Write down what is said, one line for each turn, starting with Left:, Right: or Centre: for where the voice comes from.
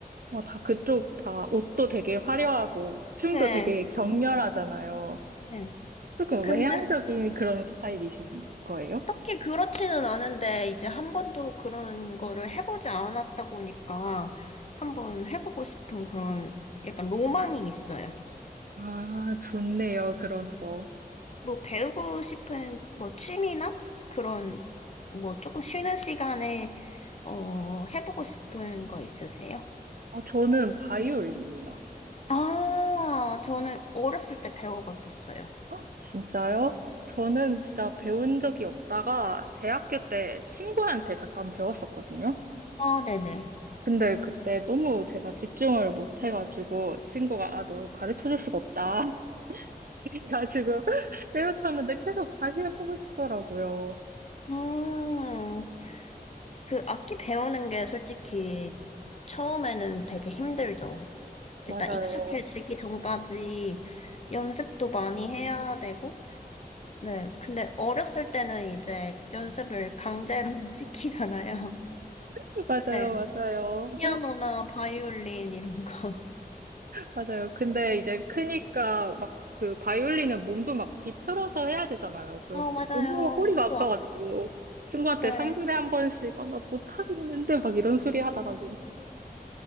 Right: 와, 다 그쪽 다 옷도 되게 화려하고 춤도
Left: 네.
Right: 되게 격렬하잖아요.
Left: 네.
Right: 조금
Left: 근데
Right: 외향적인 그런 스타일이신 거예요?
Left: 딱히 그렇지는 않은데, 이제 한 번도 그런 거를 해보지 않았다 보니까, 한번 해보고 싶은 그런 약간 로망이 있어요.
Right: 아, 좋네요. 그런 거.
Left: 뭐 배우고 싶은 뭐 취미나 그런 뭐 조금 쉬는 시간에 어 해보고 싶은 거 있으세요?
Right: 어, 저는 바이올린이요.
Left: 아, 저는 어렸을 때 배워봤었어요.
Right: 헉, 진짜요? 저는 진짜 배운 적이 없다가 대학교 때 친구한테 잠깐 배웠었거든요.
Left: 아, 네네.
Right: 근데 그때 너무 제가 집중을 못 해가지고 친구가 아, 너 가르쳐 줄 수가 없다. <laughs> 그래가지고 <laughs> 때려쳤는데 계속 다시 해보고 싶더라고요.
Left: 음, 그 악기 배우는 게 솔직히 처음에는 되게 힘들죠. 일단
Right: 맞아요.
Left: 익숙해지기 전까지 연습도 많이 해야 되고, 네. 근데 어렸을 때는 이제 연습을 강제로 <laughs> 시키잖아요.
Right: <laughs> 맞아요.
Left: 네
Right: 맞아요.
Left: 피아노나 바이올린 이런 거. <laughs>
Right: 맞아요. 근데 이제 크니까 막 그 바이올린은 몸도 막 뒤틀어서 해야 되잖아요. 그래서
Left: 어, 맞아요.
Right: 너무 허리가
Left: 목도
Right: 아파가지고
Left: 아프
Right: 친구한테
Left: 네.
Right: 3분에 한 번씩 아, 나 못하겠는데 막 이런 소리 하다가